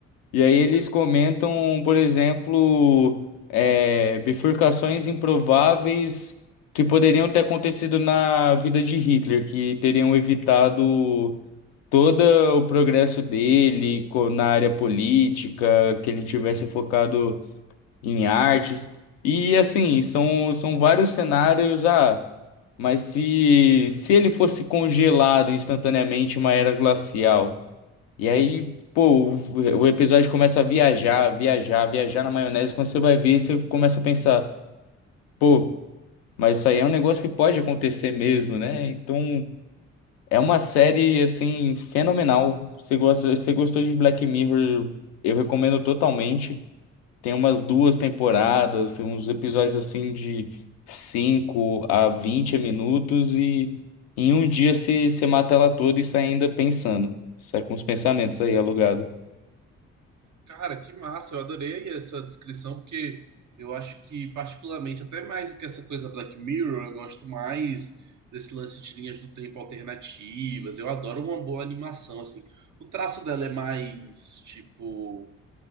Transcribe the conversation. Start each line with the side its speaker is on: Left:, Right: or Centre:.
Left: E aí eles comentam, por exemplo, é, bifurcações improváveis que poderiam ter acontecido na vida de Hitler, que teriam evitado todo o progresso dele co- na área política, que ele tivesse focado em artes. E assim, são, são vários cenários. Ah, mas se, se ele fosse congelado instantaneamente em uma era glacial? E aí, pô, o, o episódio começa a viajar, viajar, viajar na maionese. Quando você vai ver, você começa a pensar, pô, mas isso aí é um negócio que pode acontecer mesmo, né? Então, é uma série, assim, fenomenal. Você gosta, você gostou de Black Mirror? Eu recomendo totalmente. Tem umas duas temporadas, uns episódios assim de 5 a 20 minutos e em um dia você você mata ela toda e sai ainda pensando. Sai com os pensamentos aí alugado.
Right: Cara, que massa. Eu adorei essa descrição, porque eu acho que, particularmente, até mais do que essa coisa Black Mirror, eu gosto mais desse lance de linhas do tempo alternativas. Eu adoro uma boa animação, assim. O traço dela é mais, tipo,